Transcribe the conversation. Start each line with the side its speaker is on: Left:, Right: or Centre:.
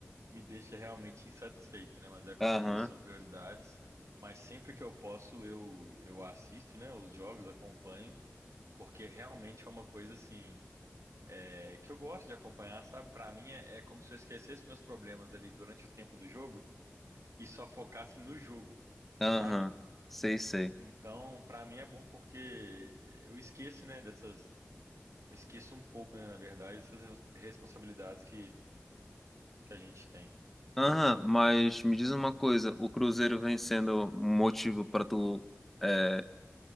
Right: me deixa realmente insatisfeito, né? Mas é como
Centre: aham,
Right: eu disse, são prioridades. Mas sempre que eu posso, eu, eu assisto, né? Os jogos, acompanho. Porque realmente é uma coisa assim, é, que eu gosto de acompanhar, sabe? Pra mim é, é como se eu esquecesse meus problemas ali durante o tempo do jogo e só focasse no jogo,
Centre: aham,
Right: sabe?
Centre: sei, sei.
Right: Então, pra mim é bom porque eu esqueço, né, dessas, eu esqueço um pouco, né, na verdade, essas responsabilidades que, que a gente tem.
Centre: Aham, mas me diz uma coisa, o Cruzeiro vem sendo um motivo para tu, é,